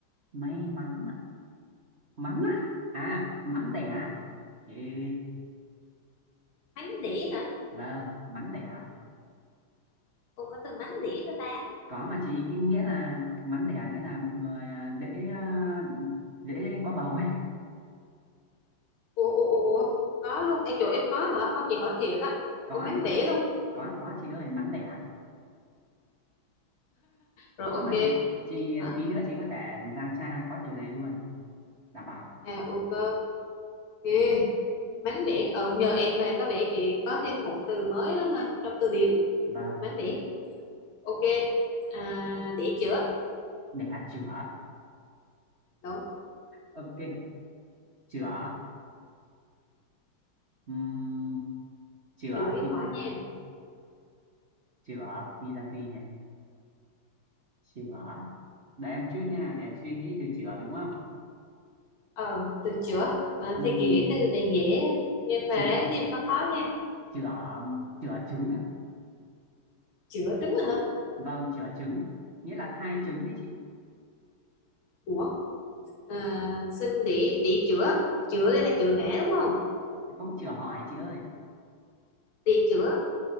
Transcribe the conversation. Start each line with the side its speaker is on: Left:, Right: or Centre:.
Right: May mắn ạ. Mắn á. À, mắn đẻ. Yeah.
Left: mắn đĩa hả
Right: Vâng, mắn đẻ.
Left: cô có từ mắn đĩa nữa ta
Right: Có mà chị, cái nghĩa là mắn đẻ nghĩa là một người à, dễ à, dễ có bầu ấy.
Left: ủa ủa ủa ủa. có luôn em chỗ em có hả không chị hỏi thiệt á
Right: có
Left: Ủa mắn
Right: thật
Left: đĩa luôn
Right: có có chị ơi mắn đẻ
Left: rồi
Right: khó
Left: ok
Right: mà chị chị
Left: à,
Right: tí nữa chị có thể ra cha có từ này luôn đảm bảo
Left: à ok ok mánh đĩa ờ nhờ em mà có vẻ chị có thêm một từ mới đó ha trong từ điển
Right: vâng
Left: mánh đĩa ok à, để chữa
Right: đẻ chửa
Left: đúng
Right: ok chửa Ừm, chửa
Left: chữa với
Right: thì là
Left: hỏi nha
Right: chửa thì là gì nhỉ chửa để em chút nha để em suy nghĩ từ chửa đúng không
Left: ờ từ chữa à,
Right: Ừm,
Left: thì chị nghĩ từ này dễ nhưng
Right: chửa
Left: mà ráng tìm khó khó nha
Right: chửa chửa trứng á
Left: chữa trứng rồi hả
Right: vâng chửa trứng nghĩa là thai trứng đấy chị
Left: ủa à, xin để để chữa chữa đây là chữa ngã đúng không
Right: không chửa hỏi chị ơi
Left: để chữa